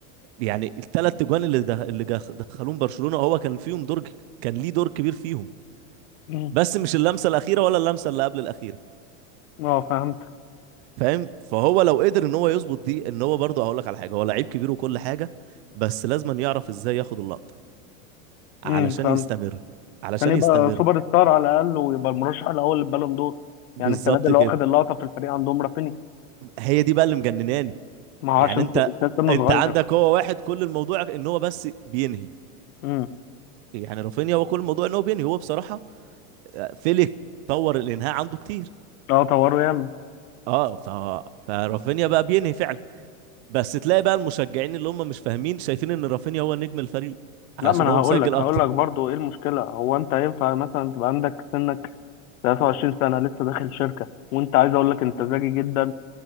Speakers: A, on the right; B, on the left.
A: يعني الثلاث اجوان اللي ده اللي جا- دخلوهم برشلونة هو كان فيهم دور ك- كان ليه دور كبير فيهم
B: مم.
A: بس مش اللمسة الأخيرة ولا اللمسة اللي قبل الأخيرة
B: <clears throat> اه فهمت
A: فاهم فهو لو قدر ان هو يظبط دي ان هو برضه هقول لك على حاجة هو لعيب كبير وكل حاجة بس لازم أن يعرف ازاي ياخد اللقطة علشان
B: امم فهمت
A: يستمر علشان
B: عشان يبقى
A: يستمر
B: سوبر ستار على الأقل ويبقى المرشح الأول للبالون دور
A: بالظبط
B: يعني السنة دي اللي
A: كده
B: واخد اللقطة في الفريق عندهم رافيني
A: هي دي بقى اللي مجنناني
B: ما هو
A: يعني
B: عشان
A: انت
B: س- سنه
A: انت
B: صغير
A: عندك هو واحد كل الموضوع ان هو بس بينهي
B: امم
A: يعني رافينيا هو كل الموضوع ان هو بينهي هو بصراحة آه، فيليك طور الانهاء عنده كتير
B: اه طوروا ياما
A: اه ف... فرافينيا بقى بينهي فعلا بس تلاقي بقى المشجعين اللي هم مش فاهمين شايفين ان رافينيا هو نجم الفريق علشان
B: لا ما انا
A: هو
B: هقول
A: مسجل
B: لك
A: اكتر
B: هقول لك برضه ايه المشكله هو انت ينفع مثلا تبقى عندك سنك 23 سنة لسه داخل شركة وانت عايز اقول لك انت ذكي جدا